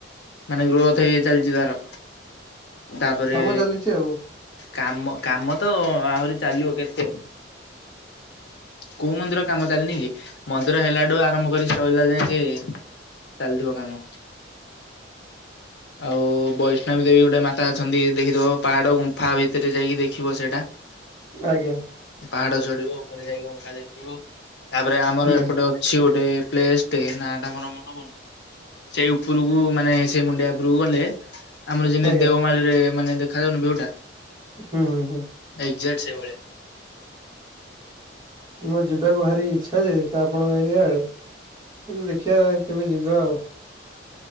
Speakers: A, on the left; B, on the right.
A: ମାନେ ଗ୍ରୋଥ ହେଇ ହେଇ ଚାଲିଛି ତାର। ତାପରେ
B: କାମ ଚାଲିଛି ଆଉ
A: କାମ, କାମ ତ ଆହୁରି ଚାଲିବ କେତେ? କୋଉ ମନ୍ଦିର କାମ ଚାଲିନି କି? ମନ୍ଦିର ହେଲାଠୁ ଆରମ୍ଭ କରି <inaudible> ଯାକେ। ଚାଲିଥିବ କାମ। ଆଉ ବୈଷ୍ଣବୀ ଦେବୀ ଗୋଟେ ମାତା ଅଛନ୍ତି ଦେଖିଥିବ ପାହାଡ ଗୁମ୍ଫା ଭିତରେ ଯାଇକି ଦେଖିବ ସେଇଟା। ହ <unintelligible>
B: ଆଜ୍ଞା
A: ପାହାଡ ଚଢିବ। ଉପରେ ଯାଇକି ଗୁମ୍ଫା ଦେଖିବ। ତାପରେ ଆମର
B: ହୁଁ
A: ଏପଟେ ଅଛି ଗୋଟେ ପ୍ଲେସ ଟେ ନାଁ ଟା ମୋର ମନେ ପଡ଼ୁନି। ସେ ଉପରକୁ, ମାନେ ସେଇ ମୁଣ୍ଡିଆ ଉପରକୁ ଗଲେ- ଆମର ଯେମିତି
B: ଆଜ୍ଞା
A: ଦେଓମାଳିରେ ମାନେ ଦେଖାଯାଉନି ବିଉଟା-
B: ହୁଁ ହୁଁ
A: ଏଜାକ୍ଟ ସେଇଭଳିଆ।
B: ମୋର ଯିବାକୁ ଭାରି ଇଚ୍ଛା ଯେ ତ ଆପଣଙ୍କ ଏରିଆ ଆଡ଼େ କିନ୍ତୁ ଦେଖିବା କେବେ ଯିବା ଆଉ।